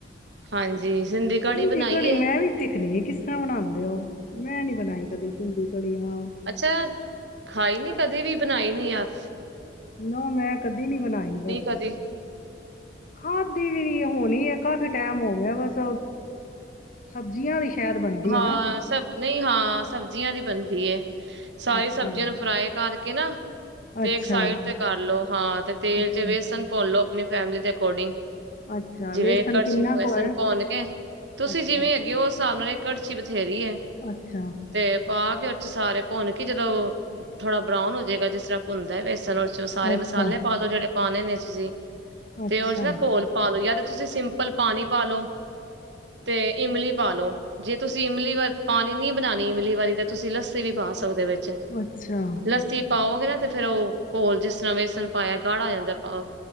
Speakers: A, on the right; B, on the left.
A: ਹਾਂਜੀ। ਕੜੀ
B: ਸਿੰਧੀ
A: ਬਣਾਈ
B: ਘੜੀ
A: ਹੈ
B: ਮੈਂ ਵੀ ਸਿੱਖਣੀ ਆ ਕਿਸ ਤਰ੍ਹਾਂ ਬਣਾਉਂਦੇ ਹੋ ਮੈਂ ਨੀ ਬਣਾਈ ਕਦੀ ਸਿੰਧੀ ਘੜੀ ਹਾਂਅ।
A: ਅੱਛਾ! ਅੱਛਾ ਖਾਈ ਨੀ ਕਦੇ ਵੀ ਬਣਾਈ ਨੀ ਆਪ
B: ਨਾ ਮੈਂ ਕਦੀ ਵੀ ਨੀ ਬਣਾਈ ਬਸ
A: ਕਦੀ
B: ਖਾਦੀ ਵੀ ਨਹੀ। ਹੋਣੀ ਹੈ ਕਾਫੀ ਟਾਈਮ ਹੋ ਗਿਆ ਬਸ ਸਬਜ਼ੀਆਂ ਦੀ। ਸ਼ਾਇਦ ਬਣਦੀ
A: ਹਾਂ
B: ਹੈ ਨਾ
A: ਸਬ ਨਹੀਂ ਹਾਂ ਸਬਜ਼ੀਆਂ ਦੀ ਬਣਦੀ ਹੈ। ਤੀਏ ਸਾਰੀਆਂ
B: ਅੱਛਾ
A: ਸਬਜ਼ੀਆਂ ਨੂੰ ਫਰਾਈ ਕਰ! ਕੀ ਨਾ ਤੇ
B: ਅੱਛਾ
A: ਇੱਕ ਸਾਈਡ ਤੇ ਕਰ ਲੋ ਹਾਂ ਤੇ ਤੇਲ
B: ਅੱਛਾ
A: ਚ ਬੇਸਣ ਘੋਲੋ। ਆਪਣੀ ਫੈਮਿਲੀ ਦੇ ਅਕਾਊਂਟਿੰਗ।
B: ਅੱਛਾ
A: ਜਿਵੇਂ
B: ਵੇਸਣ
A: ਕੜਛੀ
B: ਕਿੰਨਾ
A: ਬੇਸਣ
B: ਕੁ ਹੈ
A: ਪਾਉਨ ਕੇ ਤੁਸੀਂ
B: ਅੱਛਾ
A: ਜਿਵੇਂ ਹੈਗੇ ਹੋ ਉਸ ਹਿਸਾਬ ਨਾਲ ਕਰਛੀ ਵਿਚ ਬਥੇਰੀ ਹੈ
B: ਅੱਛਾ
A: ਤੇ ਪਾ ਕੇ ਸਾਰੇ ਭੁੰਨ ਕੇ ਜਦੋਂ ਥੋੜਾ ਬਰਾਊਨ ਹੋਜੇਗਾ ਜਿਸ ਤਰ੍ਹਾਂ ਭੁੰਨ ਦਾ ਹੈ ਵੇਸਨ! ਅੱਛਾ, ਸਾਰੇ
B: ਅੱਛਾ
A: ਮਸਾਲੇ
B: ਅੱਛਾ
A: ਪਾਲੋ ਜਿਹੜੇ। ਪਾਉਣੇ ਨੇ ਤੁਸੀ
B: ਅੱਛਾ
A: ਤੇ ਉਦੇ ਚ ਨਾ ਘੋਲ ਪਾਲੋ ਯਤੇ ਤੁਸੀਂ ਸਿੰਪਲ ਪਾਣੀ ਪਾਲੋ। ਤੇ ਇਮਲੀ ਪਾਲੋ। ਤੁਸੀਂ ਇਮਲੀ ਵਰ ਪਾ ਨੀ ਬਣਾਣੀ ਇਮਲੀ ਵਾਲੀ ਤੇ ਤੁਸੀਂ ਲੱਸੀ ਵੀ ਪਾ ਸਕਦੇ ਵੇਚ। ਚ
B: ਅੱਛਾ ਅੱਛਾ
A: ਲੱਸੀ ਪਾਓ। ਕੇ ਨਾ ਤੇ ਫੇਰ ਔਹ ਘੋਲ ਜਿਸ ਤਰ੍ਹਾਂ ਵੇਸਣ ਪਾਯੈ ਗਾੜਾ ਹੋ ਜਾਂਦੈ। ਪ